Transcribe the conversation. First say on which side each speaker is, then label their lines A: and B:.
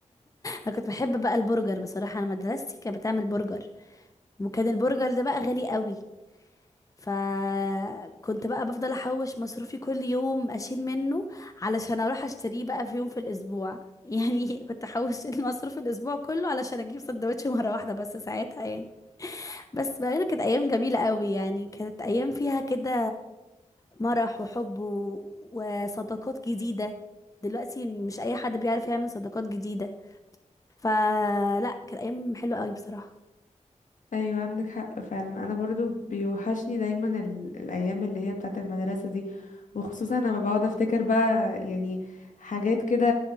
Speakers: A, on the left; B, on the left.
A: انا كنت بحب بقى البرجر بصراحة انا مدرستي كانت بتعمل برجر وكان البرجر ده بقى غالي قوي فكنت بقى بفضل احوش مصروفي كل يوم اشيل منه علشان اروح اشتريه بقى في يوم في الاسبوع <laughs> يعني كنت احوش المصروف الاسبوع كله علشان اجيب سندوتش مره واحده بس ساعتها يعني بس بقى كانت ايام جميله قوي يعني كانت ايام فيها كده مرح وحب و- وصداقات جديدة دلوقتي مش أي حد بيعرف يعمل صداقات جديدة فلا كانت أيام حلوة قوي بصراحة
B: ايوه عندك حق فعلا انا برضو بيوحشني دايما ال... الايام اللي هي بتاعه المدرسه دي وخصوصا لما بقعد افتكر بقى يعني حاجات كده